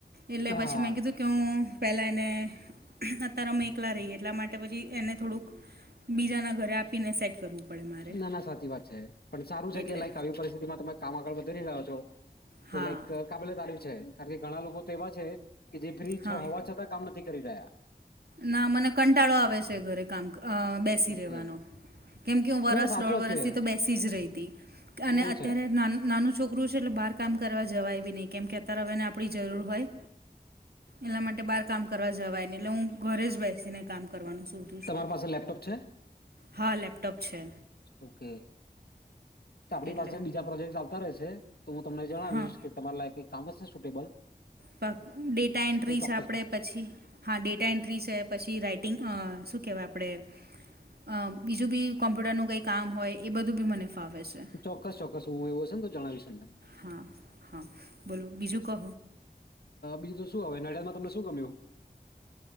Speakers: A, on the right (about 80°); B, on the left (about 75°).
A: એટલે
B: હા,
A: પછી મેં કીધું કે પહેલાં એને અતાર અમે એકલા રહીએ એટલા માટે પછી એને થોડુંક બીજાના ઘરે આપીને સેટ કરવું પડે મારે.
B: ના, ના સાચી વાત છે. પણ સારું છે
A: એટલે
B: કે લાઈક આવી પરિસ્થિતિમાં તમે કામ આગળ વધી રહ્યા છો
A: હા
B: કે લાઈક કાબલિયત તારીફ છે. કારણ કે ઘણા લોકો તો એવા છે કે જે ફ્રી
A: હા
B: હોવા છતાં કામ નથી કરી રહ્યા.
A: ના મને કંટાળો આવે છે ઘરે કામ અ બેસી
B: ઓકે
A: રહેેવાનો કેમકે હું વરસ
B: ના સાચો
A: દોઢ વરસથી
B: છે
A: તો બેસી જ રહી હતી
B: એવું
A: અને અત્યારે
B: છે
A: નાનું છોક ક છે એટલે બાર કામ કરવા જવાય બી નહી કેમ કે અત્યારે હવેને આપણી જરૂર હોય. એલા માટે બાર કામ કરવા જવાય ને એટલે હું ઘરે જ બેસીને કામ કરવાનું
B: તમારી
A: છું
B: પાસે લેપટોપ છે?
A: હા લેપટોપ છે.
B: ઓકે આપણી
A: એટલે
B: પાસે બીજા પ્રોજેક્ટ ચાલતા રહેશે તો હું તમને જણાવીશ
A: હા
B: કે તમારા લાયક કઈ કામ હશે સુટેબલ
A: પ ડેટા એન્ટ્રી
B: તો ચોક્કસ
A: છે આપણે
B: કહીશ.
A: પછી હા ડેટા એન્ટ્રી છે પછી રાઈટ શું કહેવાય આપણેે અ બીજું બી કોમ્પ્યુટરનું કંઈ કામ હોય એ બધું બી મને ફાવે છે.
B: ચોક્કસ ચોક્કસ હું એવું હશેને તો જણાવીશ તમને
A: હા હા બોલો બીજું કહો.
B: બીજું તો શું હવે નડિયાદમાં તમને શું ગમ્યું?